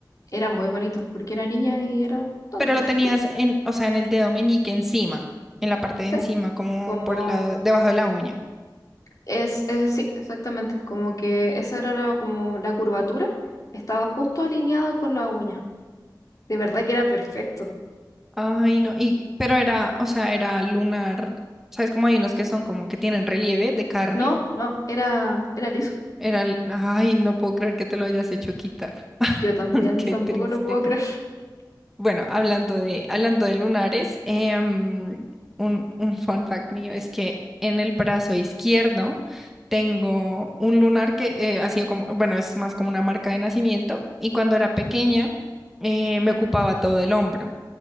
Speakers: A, on the left; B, in the centre.
A: Era muy bonito porque era niña y era tonta.
B: Pero lo tenías en, o sea, en el dedo meñique encima, en la parte
A: ¿Sí?
B: de encima, como
A: Como
B: por el lado, debajo de la uña.
A: es, es- sí, exactamente. Como que esa era la- como la curvatura estaba justo alineada con la uña. De verdad que era perfecto.
B: Ay, no. Y, pero era, o sea, era lunar. ¿Sabes cómo hay unos que son como que tienen relieve de carne?
A: No, no, era, era liso.
B: Era, el- ay, no puedo creer que te lo hayas hecho quitar. <laughs>
A: Yo también
B: Qué
A: tampoco
B: triste.
A: lo puedo creer. <laughs>
B: Bueno, hablando de, hablando de lunares, em, un, un fun fact mío es que en el brazo izquierdo tengo un lunar que eh, ha sido como, bueno, es más como una marca de nacimiento y cuando era pequeña eh, me ocupaba todo el hombro,